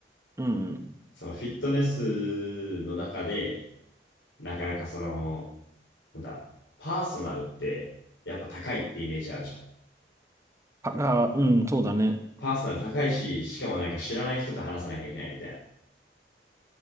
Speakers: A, on the right; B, on the left.
A: うんうん。
B: そのフィットネスの中で、なかなかその、なんだ、パーソナルって、やっぱ高いってイメージあるじゃん。
A: あら、うん、そうだね。
B: パーソナル高いし、しかもなんか知らない人と話さなきゃいけないみたいな。